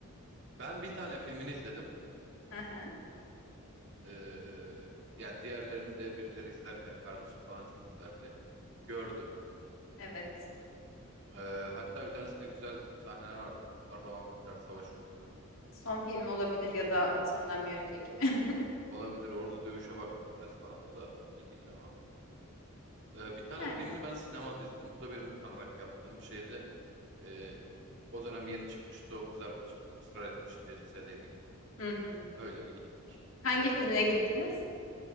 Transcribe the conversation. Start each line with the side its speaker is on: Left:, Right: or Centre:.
Right: Ben bir tane filmini izledim.
Left: <laughs> Hı
Right: Ee, yani diğerlerini de birileri izlerken kardeşim falan çok izlerdi. Gördüm.
Left: Evet.
Right: Ee, hatta bir tanesinde güzel sahneler vardı. Kurtlarla vampirler savaşıyor falan.
Left: Son film olabilir ya da sondan bir önceki. <laughs>
Right: Olabilir. Orada dövüşe baktım biraz falan. O da çok iyi değildi ama. Ee, bir tane
Left: Yani.
Right: filmini ben sinemada izledim. Bu da benim utanarak yaptığım bir şeydi. Ee, o dönem yeni çıkmıştı. O kız arkadaşım çok ısrar etmişti. Lisedeydik.
Left: Hı hı.
Right: Öyle bir gittik.
Left: Hangi
Right: Ve
Left: filmine
Right: Ben de bundan
Left: gittiniz?